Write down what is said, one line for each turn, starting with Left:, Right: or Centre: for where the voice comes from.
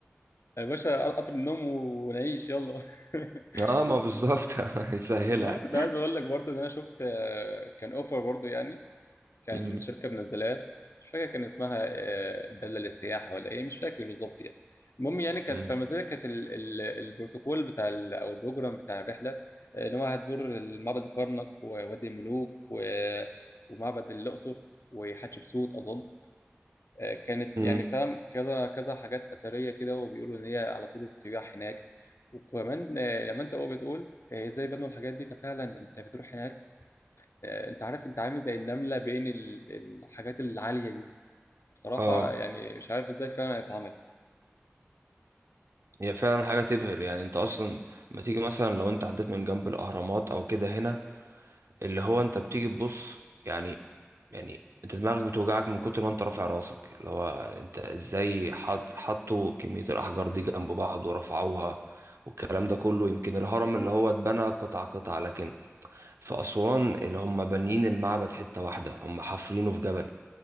Left: يا باشا قطر النوم ونعيش يلا <laughs>
Right: اه ما بالظبط
Left: بس.
Right: <laughs> هيسهلها
Left: المهم كنت عايز اقول لك برضه ان انا شفت آه، كان اوفر برضه يعني كان
Right: مم.
Left: شركه منزلاه مش فاكر كان اسمها آه، داله للسياحه ولا ايه مش فاكر بالظبط يعني المهم يعني كانت
Right: مم.
Left: في المزيد كانت ال- ال- البروتوكول بتاع ال- او البروجرام بتاع الرحله آه، ان هو هتزور معبد الكرنك ووادي الملوك و- ومعبد الاقصر وحتشبسوت اظن آه، كانت
Right: مم.
Left: يعني فاهم كذا كذا حاجات أثرية كده وبيقولوا إن هي على طول السياح هناك وكمان آه، لما أنت هو بتقول آه، إزاي بنوا الحاجات دي ففعلا أنت بتروح هناك آه، أنت عارف أنت عامل زي النملة بين ال- الحاجات العالية دي بصراحة
Right: اه
Left: يعني مش عارف إزاي فعلا اتعمل
Right: هي فعلا حاجة تبهر يعني انت اصلا لما تيجي مثلا لو انت عديت من جنب الاهرامات او كده هنا اللي هو انت بتيجي تبص يعني يعني انت دماغك بتوجعك من كتر ما انت رافع راسك اللي هو انت ازاي حط حطوا كمية الاحجار دي جنب بعض ورفعوها والكلام ده كله يمكن الهرم اللي هو اتبنى قطعة قطعة لكن في أسوان اللي هم بانيين المعبد حتة واحدة هم حافرينه في جبل